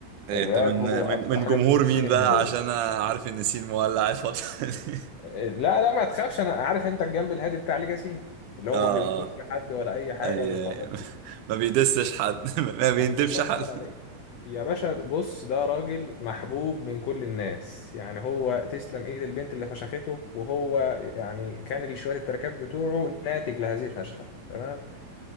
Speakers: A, on the right; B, on the left.
A: إيه،
B: الراب
A: انت من
B: هو
A: من
B: اكتر
A: من
B: حاجه
A: جمهور
B: بتمسني
A: مين بقى
B: من جوه
A: عشان انا عارف ان سين مولع الفتره دي <laughs>
B: لا لا ما تخافش انا عارف انت الجنب الهادي بتاع ليجاسي اللي هو
A: اه
B: ما بينكوش
A: اه
B: لحد ولا اي حاجه
A: اي
B: ولا الحوارات
A: اي
B: دي
A: ما بيدسش حد <laughs> ما بيندبش
B: الله
A: حد
B: ينور عليك يا باشا بص ده راجل محبوب من كل الناس يعني هو تسلم ايد البنت اللي فشخته وهو يعني كان شوية التركات بتوعه ناتج لهذه الفشخة تمام